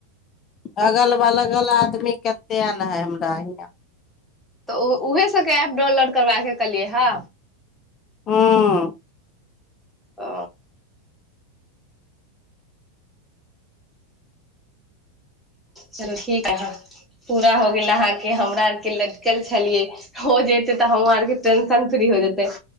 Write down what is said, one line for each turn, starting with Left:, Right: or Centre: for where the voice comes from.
Left: अगल बलगल आदमी कतेक हइ हमरा हियाँ
Centre: तऽ ओ उऊहे सभके एऐप डाउनलोड करबाके कहलियै हे।
Left: हूँ
Centre: अ चलू ठीक ह पूरा हो गेल अहाके। कि हमरा आरके लटकल छलियै हो जेतै तऽ हम आरके टेंशन फ्री हो जेतै